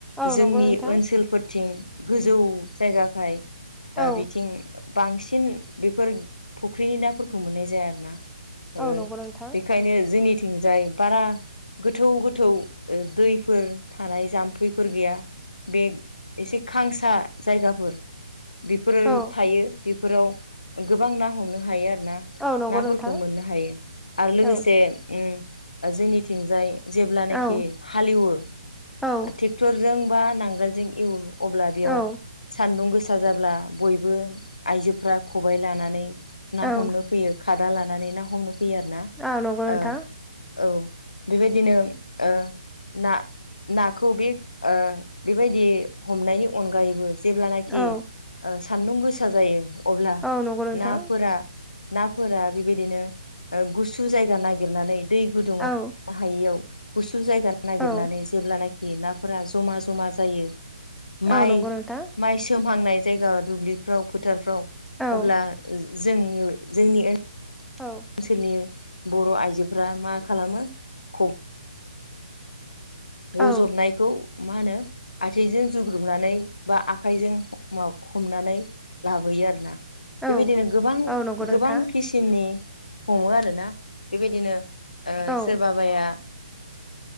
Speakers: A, in the centre; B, on the left.
A: औ
B: जोंनि
A: नंगौ नोंथां
B: ओनसोलफोरथिं गोजौ जायगाखाय
A: औ
B: बिथिं बांसिन बेफोर फुख्रिनि नाफोरखौ मोननाय जाया आरोना बेनिखायनो
A: औ नंगौ नोंथां
B: जोंनि थिंजाय बारा गोथौ गोथौ दैफोर थानाय जाम्फैफोर गैया बे एसे खांसा जायगाफोर बेफोरो
A: औ
B: थायो बेफोराव गोबां ना हमनो हायो आरो ना
A: औ नंगौ
B: नाफोरखौ
A: नोंथां
B: मोननो हायो आरो लोगोसे
A: औ
B: उम जोंनिथिंजाय जेब्लानाखि
A: औ
B: हालेवो
A: औ
B: ट्रेक्टरजों बा नांगोलजों एवो अब्ला बेयाव
A: औ
B: सान्दुं गोसा जाब्ला बयबो आइजोफ्रा खबबाय लानानै ना
A: औ
B: हमनो फैयो खादा लानानै ना हमनो फैयो आरो ना
A: औ नंगौ नोंथां
B: ओ औ बेबायदिनो ओ ना नाखौ बे ओ बेबायदि हमनायनि अनगायैबो जेब्लानाखि
A: औ
B: सान्दुं गोसा जायो अब्ला
A: औ नंगौ नोंथां
B: नाफोरा नाफोरा बेबायदिनो गुसु जायगा नागिरनानै दै गुदुङआव
A: औ
B: हायैयाव गुसु जायगा नागिरनानै
A: औ
B: जेब्लानाखि नाफोरा जमा जमा जायो माइ
A: औ नंगौ नोंथां
B: माइ सोमहांनाय जायगा दुब्लिफ्राव फोथारफ्राव
A: औ
B: अब्ला जोंनि जोंनि
A: औ
B: ओनसोलनि बर' आइजोफ्रा मा खालामो ख गजबनायखौ
A: औ
B: मा होनो आथिइजों जुग्रुबनानै बा आखाइजों हमनानै लाबोयो आरोना बेबायदिनो
A: औ
B: गोबां
A: औ नंगौ
B: गोबां
A: नोंथां
B: खि थिननि हमो आरोना बेबायदिनो
A: औ
B: सोरबाया